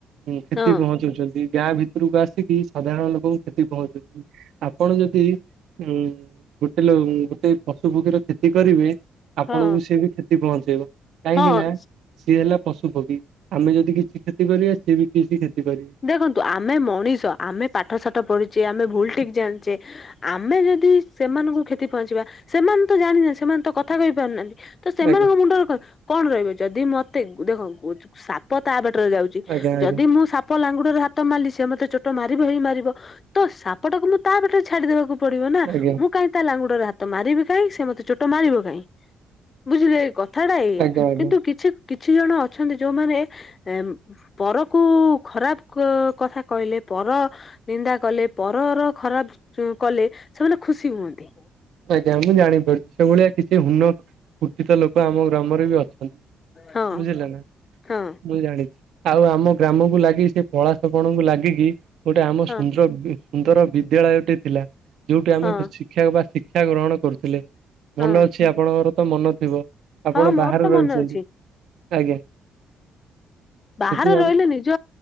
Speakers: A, on the right; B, on the left.
A: କ୍ଷତି
B: ହଁ
A: ପହଞ୍ଚାଉଛନ୍ତି ଗାଁ ଭିତ ପରକୁ ଆସିକି ସାଧାରଣ ଲୋକଙ୍କୁ କ୍ଷତି ପହଞ୍ଚୁଛନ୍ତି ଆପଣ ଯଦି ଉଁ ହେଲେ ଗୋଟେ ପଶୁ ପକ୍ଷୀର କ୍ଷତି କରିବେ ଆପଣଙ୍କୁ
B: ହଁ
A: ସେ ବି କ୍ଷତି ପହଞ୍ଚେଇବ। କାହିଁକି
B: ହଁ
A: ନା ସିଏ ହେଲା ପଶୁ ପକ୍ଷୀ ଆମେ ଯଦି କିଛି କ୍ଷତି କରିବା ସିଏ ବି କିଛି କ୍ଷତି କରିବେ।
B: ଦେଖନ୍ତୁ ଆମେ ମଣିଷ ଆମେ ପାଠ ସାଠ ପଢୁଛେ ଆମେ ଭୁଲ ଠିକ ଜାଣିଛେ। ଆମେ ଯଦି ସେମାନଙ୍କୁ କ୍ଷତି ପହଞ୍ଚିବା ସେମାନେ ତ ଜାଣିନାହାନ୍ତି ସେମାନେ ତ କଥା କହିପାରୁନାହାନ୍ତି। ତ ସେମାନଙ୍କ
A: ଆଜ୍ଞା
B: ମୁଣ୍ଡରେ କଣ ରହିବ ଯଦି ମତେ ଦେଖ ସାପ ତା ବାଟରେ ଯାଉଛି।
A: ଆଜ୍ଞା ଆଜ୍ଞା
B: ଯଦି ମୁଁ ସାପ ଲାଙ୍ଗୁଡରେ ହାତ ମଲିି ସେ ମତେ ଚୋଟ ମାରିବ ହେଇ ମାରିବ ତ ସାପଟାକୁ ମୁ ତାପଟରେ ଛାଡିଦବାକୁ ପଡିବ ନା
A: ଆଜ୍ଞା
B: ମୁଁ କାଇଁ ତା ଲାୁଡରେ ହାତ ତ ମାରିବି କାଇହିଁ ସେ ମତେ ଚୋଟ ମାରିବ କାଇହିଁ ବୁଝିଲେ କଥାଟା
A: ଆଜ୍ଞା
B: ଏଇଆ
A: ଆଜ୍ଞା।
B: କିନ୍ତୁ କିଛି କିଛି ଜଣ ଅଛନ୍ତି ଯୋଉମାନେ, ଏ ପରକୁ ଖରାପ୍ କ କଥା କହିଲେ ପର। ନିନ୍ଦା କଲେ, ପରର ଖରାପ କଲେ ସେମାନେ ଖୁସି ହୁଅନ୍ତି।
A: ଆଜ୍ଞା ମୁଁ ଜାଣିପାରୁଛି। ସେଭଳିଆ କିଛି ହୁନ କୁଠିତ ଲୋକ ଆମ ଗ୍ରାମରେ ବି ଅଛନ୍ତି।
B: ହଁ
A: ବୁଝିଲ ନା?
B: ହଁ
A: ମୁଁ ଜାଣିଛି। ଆଉ ଆମ ଗ୍ରାମକୁ ଲାଗି, ସେ ପଳାଶ କଣକୁ ଲାଗିକି ଗୋଟେ ଆମ
B: ହଁ
A: ସୁଂଯୋଗ, ସୁନ୍ଦର ବିଦ୍ୟାଳୟଟି ଥିଲା। ଯୋଉଠି ଆମେ
B: ହଁ
A: ଶିକ୍ଷା ବା ସି ଶିକ୍ଷା ଗ୍ରହଣ କରୁଥିଲେ।
B: ହଁ
A: ମନେ ଅଛି, ଆପଣଙ୍କର ତ ମନ ଥିବ? ଆପଣ
B: ହଁ ମୋର
A: ବାହାରେ
B: ତ
A: ରହିଛନ୍ତି?
B: ମନେ ଅଛି
A: ଆଜ୍ଞା।
B: ବାହାରେ
A: ସେଠି ଆମ
B: ରହିଲେ ନିଜ